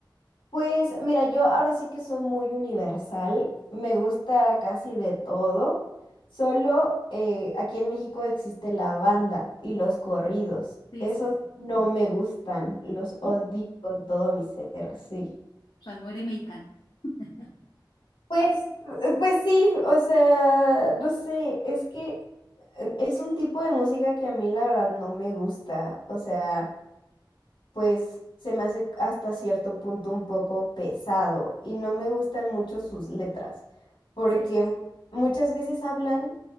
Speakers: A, on the left (about 80°); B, on the left (about 70°).
A: Pues mira, yo ahora sí que soy muy universal, me gusta casi de todo, solo eh, aquí en México existe la banda y los corridos,
B: Sí,
A: esos
B: sí, sí.
A: no me gustan, los odio
B: ¿No? O
A: con todo mi ser, sí.
B: sea, no eres mexicana. <laughs>
A: Pues, eh, pues sí, o sea, no sé, es que eh, es un tipo de música que a mí la verdad no me gusta, o sea... pues se me hace hasta cierto punto un poco pesado y no me gustan mucho sus letras, porque
B: Sí,
A: mu- muchas veces hablan